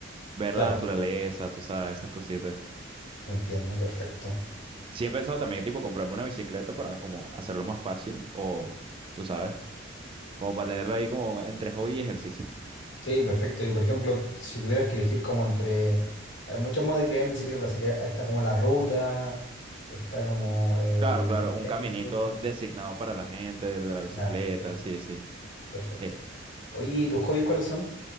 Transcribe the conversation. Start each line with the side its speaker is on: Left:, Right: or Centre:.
Right: ver
Left: claro,
Right: la naturaleza, tú sabes, esas cositas.
Left: entiendo, perfecto.
Right: Sí he pensado también tipo comprarme una bicicleta para como hacerlo más fácil o, tú sabes, como para tenerlo ahí como entre hobby y ejercicio.
Left: Sí, perfecto. Y por ejemplo, si tuvieras que elegir como entre... Hay muchas modalidades en bicicleta. Sería, está como la ruta, está como el
Right: Claro, claro,
Left: descenso.
Right: un caminito designado para la gente de la bicicleta,
Left: La ruta,
Right: sí,
Left: claro,
Right: sí.
Left: perfecto.
Right: Eh,
Left: Oye, ¿y tus hobbies cuáles son?